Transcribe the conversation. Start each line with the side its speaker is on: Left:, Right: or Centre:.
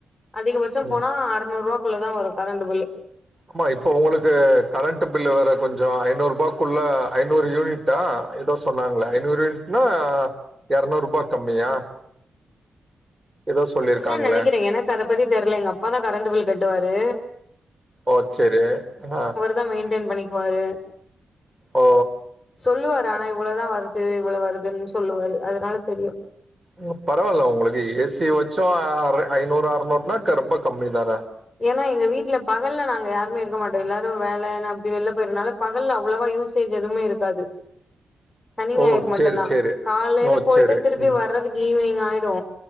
Left: அதிகபட்சோ
Right: ம்.
Left: போனா அறநூருவாக்குள்ளதா வரு கரெண்டு பில்லு
Right: ஆமா இப்ப உங்களுக்கு கரண்ட் பில்லு வேற கொஞ்சோ ஐநூருபாக்குள்ள ஐநூறு யூனிட் டா ஏதோ சொன்னாங்கள ஐநூறு யூனிட்னா எரநூரூபா கம்மியா ஏதோ சொல்லியிருக்காங்களே
Left: அப்படித்தா நெனைக்கிறே எனக்கத பத்தி தெர்ல எங்க அப்பாதா கரண்ட்டு பில் கட்டுவாரு
Right: ஓ செரி ஆ
Left: தா மெயின்டென் பண்ணிக்குவாரு
Right: ஓ
Left: சொல்லுவாரு ஆனா இவ்ளதா வருது இவ்ள வருதுன் சொல்லுவாரு அதனால தெரியு
Right: ம் பரவால்ல உங்களுக்கு ஏ சி வச்சு அற ஐநூறு அறநூறுன்னா கரப்ப கம்மி தான
Left: ஏன்னா எங்க வீட்டுல பகல்ல நாங்க யாருமே இருக்க மாட்டோ எல்லாரு வேலனு அப்டி வெள்ல போய்ர்னால பகல்ல அவ்ளவா யூசேஜ் எதுமே இருக்காது சனி ஞாயிற்
Right: ஓ
Left: மட்டுந்தா
Right: சரி சரி
Left: காலைல
Right: ஓ
Left: போய்ட்டு
Right: சரி
Left: திருப்பி
Right: ம்
Left: வர்றது ஈவினிங் ஆய்டு